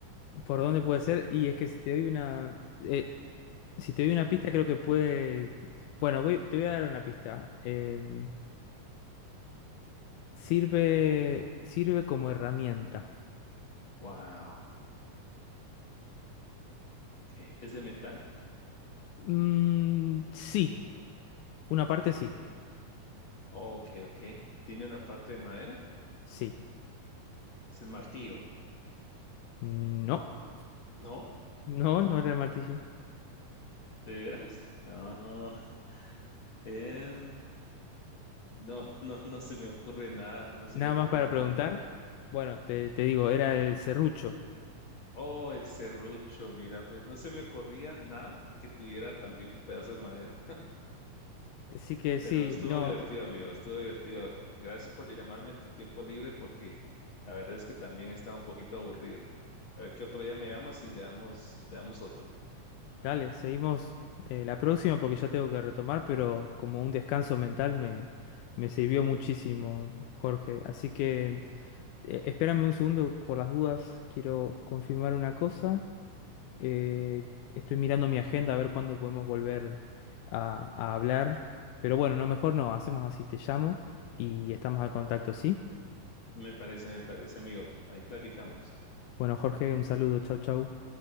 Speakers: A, on the left; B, on the left.
A: ¿Por dónde puede ser? Y es que si te doy una. eh, si te doy una pista, creo que puede. Bueno, voy- te voy a dar una pista. Em, sirve. Sirve como herramienta.
B: Wow. Okay. ¿Es de metal?
A: Mm, sí. Una
B: Ok,
A: parte sí.
B: ok. Ok, ok. ¿Tiene una parte de madera?
A: Sí.
B: Es el martillo.
A: No.
B: ¿No?
A: No, no era el martillo.
B: ¿De veras? No. <laughs> Em, no, no, no se me ocurre nada. No se
A: Nada
B: me ocurre
A: más para
B: nada,
A: preguntar.
B: amigo.
A: Bueno, te, te digo, era el serrucho.
B: Oh, el serrucho, mira, pues no se me ocurría nada que tuviera también un pedazo de madera.
A: Así que sí,
B: Pero estuvo
A: no.
B: divertido, amigo, estuvo divertido. Gracias por llamarme en tu tiempo libre porque la verdad es que también estaba un poquito aburrido. A ver qué otro día me llamas y le damos, le damos otro.
A: Dale, seguimos eh, la próxima porque ya tengo que retomar, pero como un descanso mental me, me sirvió muchísimo, Jorge. Así que eh, espérame un segundo por las dudas, quiero confirmar una cosa. Eh, estoy mirando mi agenda a ver cuándo podemos volver a, a hablar. Pero bueno, no, mejor no, hacemos así, te llamo y estamos al contacto, ¿sí?
B: Me parece, me parece, amigo. Ahí platicamos.
A: Bueno, Jorge, un saludo, chau, chau.